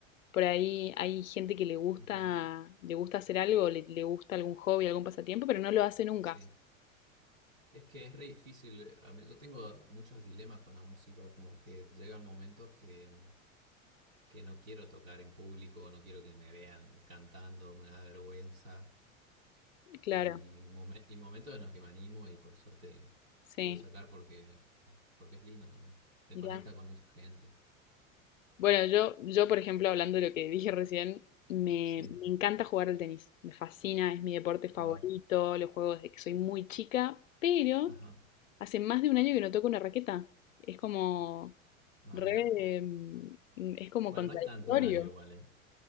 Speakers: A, on the left; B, on the right.
A: por ahí hay gente que le gusta,
B: ujú,
A: le gusta hacer algo, le, le gusta algún hobby, algún pasatiempo, pero no lo hace nunca.
B: sí. Es que es re difícil. eh, a mí- Yo tengo muchos dilemas con la música, como que llegan momentos que, que no quiero tocar en público, no quiero que me vean cantando, me da vergüenza.
A: Claro,
B: Y, momen- y momentos en los que me animo y por suerte
A: sí,
B: pude sacar porque, porque es lindo también. Te
A: mirá.
B: conecta con mucha gente.
A: Bueno, yo, yo por ejemplo, hablando de lo que <laughs> dije recién, me,
B: Sí,
A: me encanta jugar al tenis, me fascina, es mi deporte favorito,
B: wow.
A: lo juego desde que soy muy chica, pero
B: Ajá.
A: Hace más de un año que no toco una raqueta. Es como
B: Ah,
A: re,
B: mira.
A: mm, es como
B: Bueno,
A: contradictorio.
B: no es tanto un año igual, ¿eh?